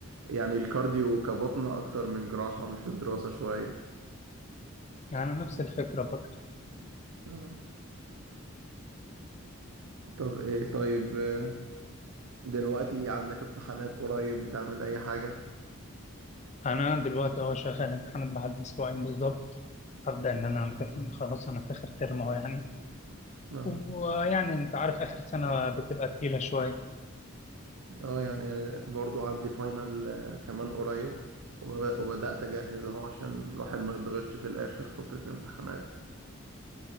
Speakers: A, on the right; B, on the left.
A: يعني الكارديو كبطنة اكتر من جراحة مش في الدراسة شوية
B: يعني نفس الفكرة برضو
A: اه طب ايه طيب آه، دلوقتي عندك امتحانات قريب بتعمل اي حاجة
B: أنا دلوقتي اه شغال امتحانات بعد أسبوعين بالظبط هبدأ إن أنا أمتحن خلاص أنا في آخر ترم أهو يعني
A: اه
B: ويعني أنت عارف آخر سنة بتبقى تقيلة شوية
A: اه يعني أنا برضو عندي فاينل آه، كمان قريب وب- وبدأت اجهز اهو عشان الواحد ما يضغطش في الاخر فترة الامتحانات